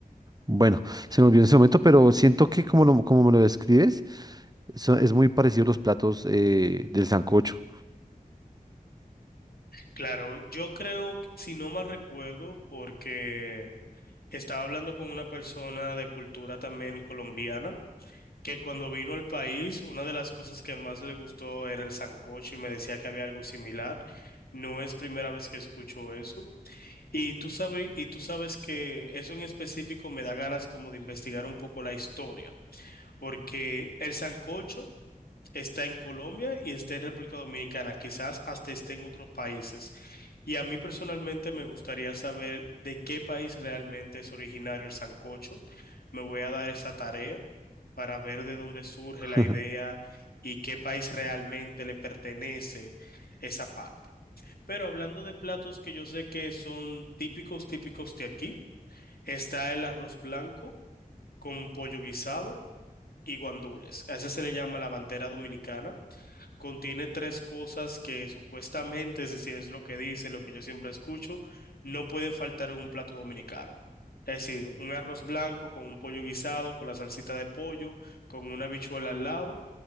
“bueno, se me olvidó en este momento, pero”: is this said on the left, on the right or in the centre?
Right